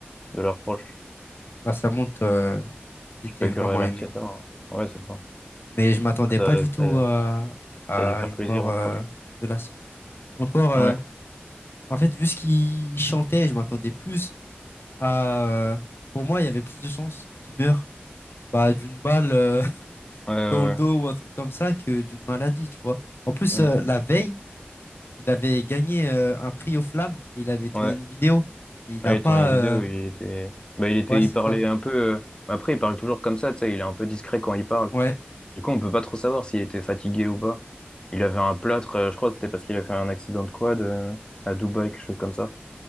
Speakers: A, on the left; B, on the left.
A: de leurs proches.
B: Bah, ça montre euh, qu'il
A: Tu
B: était
A: peux que
B: vraiment
A: remercier
B: aimé.
A: ça. hein. Ouais, c'est ça.
B: Mais je m'attendais
A: Ça,
B: pas du tout
A: ça.
B: à, à
A: ça a dû faire
B: une
A: plaisir
B: mort
A: aux
B: euh,
A: proches.
B: de la sorte. Encore. euh,
A: Ouais,
B: En fait, vu ce qu'il chantait, je m'attendais plus à... euh, Pour moi, il y avait plus de chances qu'il meure bah, d'une balle euh, <laughs>
A: ouais, ouais,
B: dans le dos
A: ouais.
B: ou un truc comme ça que d'une maladie, tu vois. En plus,
A: Mm.
B: euh, la veille, il avait gagné euh, un prix aux flammes et il avait tourné
A: Ouais.
B: une vidéo. Et il
A: Ouais,
B: a pas...
A: il a tourné une
B: euh,
A: vidéo, il était, bah, il était,
B: Ouais, c'est
A: il parlait
B: ça.
A: un peu. euh, Après, il parle toujours comme ça, tu sais, il est un peu discret quand il parle.
B: Ouais,
A: Du coup, on peut pas trop savoir s'il était fatigué ou pas. Il avait un plâtre, euh, je crois, que c'était parce qu'il a fait un accident de quad euh, à Dubaï, quelque chose comme ça.